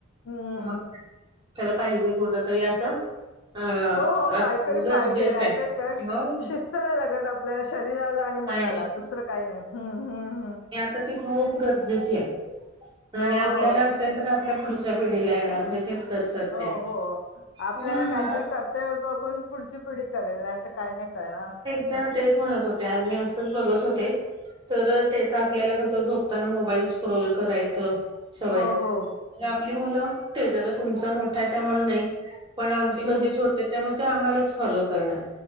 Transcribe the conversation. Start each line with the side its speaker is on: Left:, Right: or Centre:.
Left: हम्म
Right: हो, खर पाहिजे कुठ तरी असं. अ
Left: हो हो, काहीतरी
Right: गरजेचं
Left: पाहिजे नाही.
Right: आहे
Left: तर काय
Right: हो
Left: शिस्त लागत आपल्या शरीराला.
Right: पाहिजे
Left: मनाला दुसरं काही नाही. हम हम...
Right: तर ती खूप गरजेची आहे,
Left: हो
Right: आणि
Left: हो
Right: आपल्याला असं.
Left: क-
Right: तर आपल्या पुढच्या पिढीला येणार नाही तितकंच. सत्य
Left: हो
Right: आहे.
Left: हो, आपल्याला
Right: हम्म.
Left: काहीतरी कर्तव्य बघून पुढची. पुढे करेल नाही तर काय नाही करणार
Right: चालतंय चं म्हणतं होते. मी असंच बघत होते. तर त्याच आपल्याला कसं, झोपताना मोबाईल स्क्रोल करायचं. सवय
Left: हो, हो.
Right: आपली मुलं तेच तर तुमचा मोठा आहे त्यामुंल नाही. पण आमची
Left: हं.
Right: कशी छोटेत त्यामुळे, ते आम्हालाच फॉलो करणार.